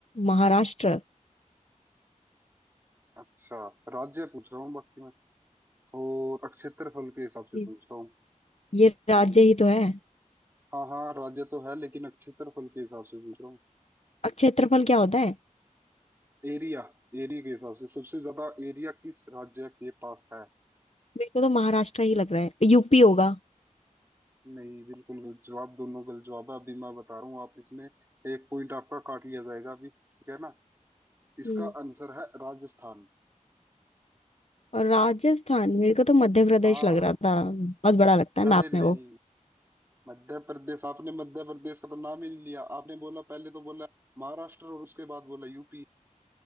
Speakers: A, on the left; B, on the right.
A: महाराष्ट्र
B: अच्छा राज्य पूछ रहा हूँ बाकी मैं और क्षेत्रफल के हिसाब से
A: ये
B: पूछ रहा हूँ
A: ये राज्य ही तो है
B: हाँ हाँ राज्य तो है लेकिन क्षेत्रफल के हिसाब से पूछ रहा हूँ
A: और क्षेत्रफल क्या होता है
B: एरिया एरिया के हिसाब से सबसे ज्यादा एरिया किस राज्य के पास है
A: मेरे को तो महाराष्ट्र ही लग रहा है यूपी होगा
B: नहीं बिल्कुल गलत जवाब दोनों गलत जवाब है अभी मैं बता रहा हूँ आप इसमें एक पॉइंट आपका काट लिया जाएगा अभी ठीक है ना इसका
A: हम्म
B: आंसर है राजस्थान
A: और राजस्थान मेरे को तो मध्य प्रदेश
B: हाँ
A: लग रहा था बहुत बड़ा लगता है मैप
B: अरे
A: में
B: नहीं
A: वो
B: मध्य प्रदेश आपने मध्य प्रदेश का तो नाम ही नहीं लिया आपने बोला पहले तो बोला महाराष्ट्र और उसके बाद बोला यूपी